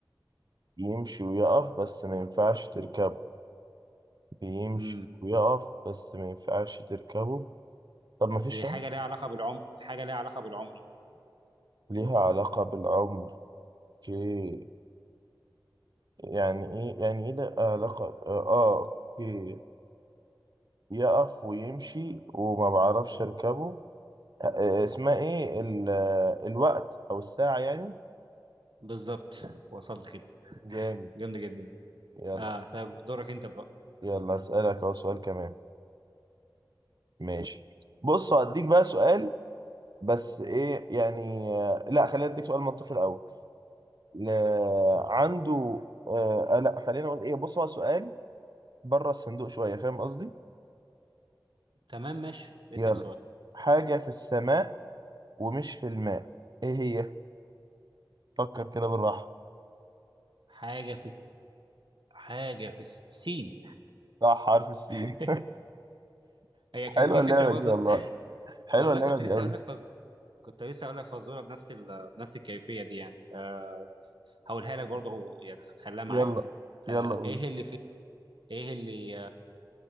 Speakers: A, on the right; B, on the right.
A: يمشي ويقف بس ما ينفعش تركبه بيمشي
B: امم
A: ويقف بس ما ينفعش تركبه طب ما فيش
B: هي
A: يعني
B: حاجه ليها علاقه بالعمر حاجه ليها علاقه بالعمر برضه
A: ليها علاقة بالعمر اوكي يعني ايه يعني ايه ده علاقة اه اوكي يقف ويمشي وما بعرفش اركبه آه، آه، اسمها ايه ال... آه، الوقت او الساعة يعني
B: بالظبط وصلت كده
A: جامد
B: جامده جدا دي
A: يلا
B: اه طيب دورك انت بقى
A: يلا اسألك اهو سؤال كمان ماشي بص هديك بقى سؤال بس ايه يعني آه، لا خلينا اديك سؤال منطقي الاول ل- عنده آه آه، لا خلينا نقول ايه بص هو سؤال بره الصندوق شويه فاهم قصدي
B: تمام ماشي اسال
A: يلا
B: سؤال
A: حاجه في السماء ومش في الماء ايه هي فكر كده بالراحه
B: حاجه في الس... حاجه في الس... السين
A: صح حرف السين
B: <laughs>
A: <laughs>
B: هي كان
A: حلوه
B: في
A: اللعبه
B: فكره برضه
A: دي والله
B: <laughs>
A: حلوه
B: والله
A: اللعبه
B: كنت
A: دي
B: لسه
A: قوي
B: اقول لك فز... كنت لسه اقول لك فزوره بنفس ال... بنفس الكيفيه دي يعني آه هقولها لك برضه هو يعني خليها معاك
A: يلا
B: آه
A: يلا قول
B: ايه اللي في... ايه اللي